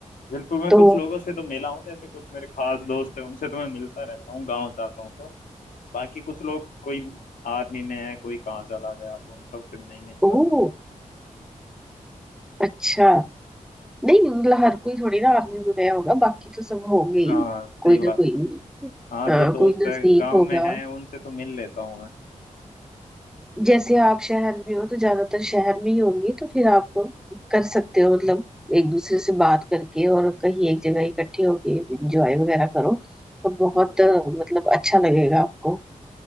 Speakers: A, on the left (about 80°); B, in the centre.
A: बिल्कुल मैं
B: तो
A: कुछ लोगों से तो मिला हूँ जैसे कुछ मेरे खास दोस्त हैं उनसे तो मैं मिलता रहता हूँ गांव जाता हूँ तो बाकी कुछ लोग कोई आर्मी में है कोई कहाँ चला गया तो उन सबसे नहीं मिल
B: ओह
A: पाता
B: अच्छा नहीं मतलब हर कोई थोड़ी ना आर्मी में गया होगा बाकी तो सब होंगे ही
A: हाँ सही
B: कोई
A: बात
B: ना कोई
A: है हाँ
B: हाँ
A: जो दोस्त
B: कोई नजदीक
A: है गांव
B: होगा
A: में है उनसे तो मिल लेता हूँ मैं
B: जैसे आप शहर में हो तो ज्यादातर शहर में ही होंगे तो फिर आप कर सकते हो मतलब एक दूसरे से बात करके और कहीं एक जगह इकट्ठे होके एंजॉय वगैरह करो तो बहुत
A: बिल्कुल
B: अ, मतलब अच्छा लगेगा आपको